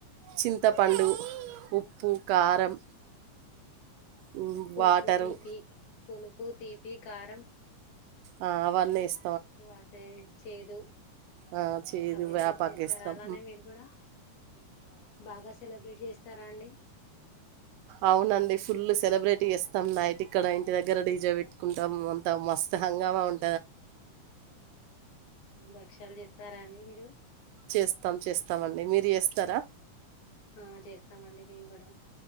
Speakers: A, on the right; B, on the left.
A: చింతపండు, ఉప్పు, కారం హ్మ్,
B: పులుపు,
A: వాటరు
B: తీపీ, పులుపు, తీపీ, కారం
A: ఆ అవ్వినీ ఎస్
B: ఉ అంటే చేదు
A: ఆ చేదు
B: అవేసేసి
A: వేపాకు
B: చేస్తారా
A: వేస్తాం
B: అలానే మీరు కూడా బాగా సెలబ్రేట్ జేస్తారా అండి
A: అవునండి ఫుల్ సెలబ్రేట్ జేస్తాం నైట్ ఇక్కడ ఇంటి దగ్గర డీజే వేట్టుకుంటాం అంతా మస్త్ త హంగామా ఉన్
B: భక్షలూ జేస్తరా అండి మీరు
A: చేస్తాం చేస్తామండి మీరు జేస్తారా
B: ఆహ్ చేస్తామండి మేం కూడ